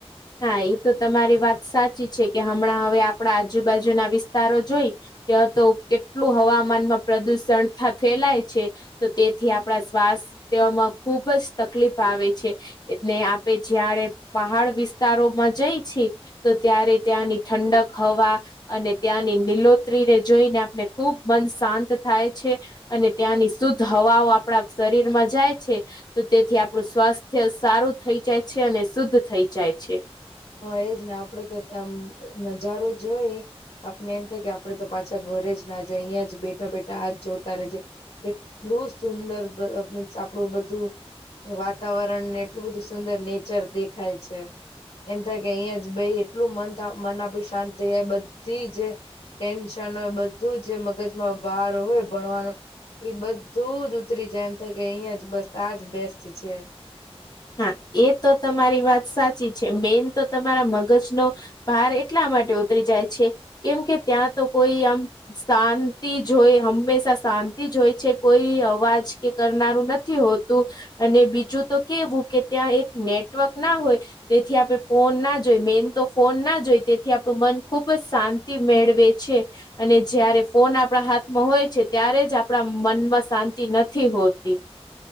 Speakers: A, on the left; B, on the left.
A: હા એ તો તમારી વાત સાચી છે કે હમણાં હવે આપણા આજુબાજુના વિસ્તારો જોઈ. ત્યા તો કેટલું હવામાનમાં પ્રદુષણ. ફેલાય છે તો તેથી આપણા સ્વાસ્થવામાં ખુબ જ તકલીફ. આવે છે એને આપે જયારે પહાડ વિસ્તારોમાં જઈ છી. તો ત્યારે ત્યાંની ઠંડક હવા. અને ત્યાંની નીલોતરીને જોઈને આપને ખુબ મન શાંત થાય છે. અને ત્યાંની શુદ્ધ હવાઓ આપણા શરીર માં જાય છે. તો તેથી આપણું સ્વાસ્થ્ય સારું થઈ જાય છે અને શુદ્ધ થઈ જાય છે.
B: હા એજ ને આપડે તો ત્યાં નજારો જોઈ. આપને એમ થાય કે આપડે તો પાછા ઘરે જ ના જાય અહીં જ બેઠા બેઠા આ જ જોતા રે જે. એટલું સુંદર મીન્સ આપણું બધું. વાતાવરણ ને એટલું બધું સુંદર નેચર દેખાય છે. એમ થાય કે અહીયાં જ ભાઈ એટલું મન મન આપણું શાંત થાય બધી જ. ટેન્શન હોય બધું જ મગજમાં બાર હોય ભણવાનો. એ બધું જ ઉતરી જાય એમ થાય કે અહીયાં જ બસ આજ બેસ્ટ છે.
A: હા એ તો તમારી વાત સાચી છે મેન તો તમારા મગજનો. બહાર એટલા માટે ઉતરી જાય છે કેમ કે ત્યાં તો કોઈ આમ. શાંતિ જોય હંમેશા શાંતિ જોય છે કોઈ અવાજ કે કરનારું નથી. હોતું અને બીજું તો કેવું કે ત્યાં એક નેટવર્ક ના હોય. તેથી આપણે ફોન ના જોઈ મેન તો ફોન ના જોઈ તેથી આપણું મન ખૂબ જ શાંતિ મેળવે છે. અને જયારે ફોન આપણા હાથમાં હોય છે ત્યારે જ આપણા મનમાં શાંતિ નથી હોતી.